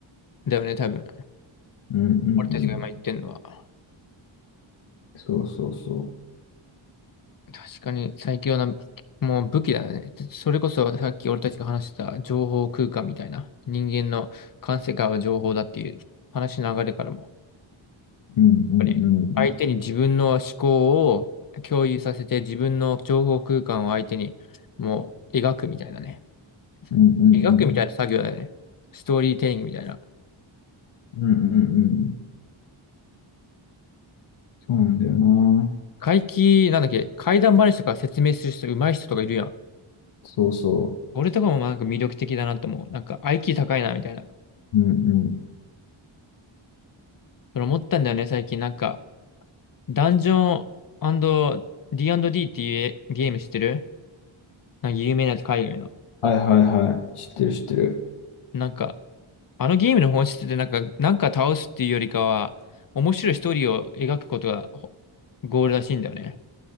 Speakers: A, on the left (about 45°); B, on the left (about 85°).
A: だよね、多分。
B: うんうんうん。
A: 俺たちが今言ってるのは。
B: そうそうそ
A: 確かに最強な、もう武器だね。それこそさっき俺たちが話してた情報空間みたいな。人間の感性からは情報だっていう話の流れからも。やっ
B: う。うんうんうん。
A: ぱり相手に自分の思考を共有させて自分の情報空間を相手にもう描くみたいなね。
B: うんうん
A: 描くみたいな作業だよね。ストーリーテリングみたいな。
B: うん。うんうんうん。そうなんだよな。
A: 怪奇、なんだっけ、怪談話とか説明する人、上手い人とかいるやん。
B: そうそ
A: 俺とかもなんか魅力的だなと思う。なんか IQ 高いな、みたいな。
B: う。うんうん。
A: それ思ったんだよね、最近。なんか、ダンジョン D&D っていうゲーム知ってるなんか有名なやつ、海外の。
B: はいはいはい。知ってる知ってる。
A: なんか、あのゲームの本質ってなんか、なんか倒すっていうよりかは、面白いストーリーを描くことがほゴールらしいんだよね。